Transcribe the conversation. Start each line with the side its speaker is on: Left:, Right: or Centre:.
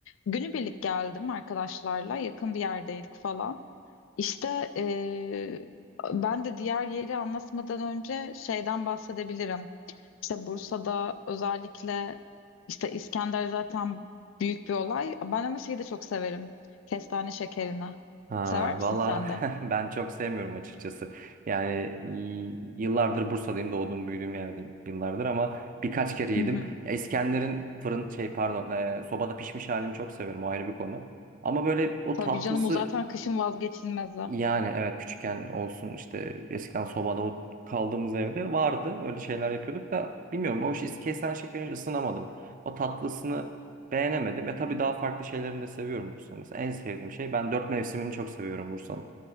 Left: Günübirlik geldim arkadaşlarla. Yakın bir yerdeydik falan. İşte eee, ben de diğer yeri anlatmadan önce şeyden bahsedebilirim. İşte Bursa'da özellikle işte İskender zaten büyük bir olay. Ben ama şeyi de çok severim. Kestane şekerini.
Right: Ha,
Left: Sever misin
Right: valla
Left: sen de?
Right: <laughs> ben çok sevmiyorum açıkçası. Yani y- yıllardır Bursa'dayım, doğdum büyüdüğüm yerdeyim yıllardır ama birkaç kere yedim.
Left: Hı hı.
Right: Ya İskender'in fırın şey pardon e, sobada pişmiş halini çok severim o ayrı bir konu. Ama böyle o
Left: Tabii
Right: tatlısı
Left: canım o zaten kışın vazgeçilmezi.
Right: yani evet küçükken olsun işte eskiden sobada o kaldığımız evde vardı. Öyle şeyler yapıyorduk da bilmiyorum o iş kesen şekeri ısınamadım. O tatlısını beğenemedim. Ve tabii daha farklı şeylerini de seviyorum Bursa'nın. Mesela en sevdiğim şey ben dört mevsimini çok seviyorum Bursa'nın.